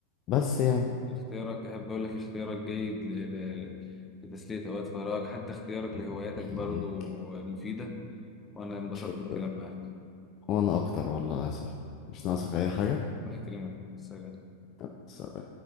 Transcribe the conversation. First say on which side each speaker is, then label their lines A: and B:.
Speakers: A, on the left; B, on the left.
A: بس يعني
B: اختيارك أحب أقول لك اختيارك جيد ل- ل- لتسلية أوقات فراغك حتى اختيارك
A: الله
B: لهواياتك
A: يخليك
B: برضو مفيدة وأنا انبسطت
A: شكرا
B: بالكلام معاك
A: وانا اكتر والله يا صاحبي مش ناقصك اي حاجة
B: الله يكرمك سلام
A: بس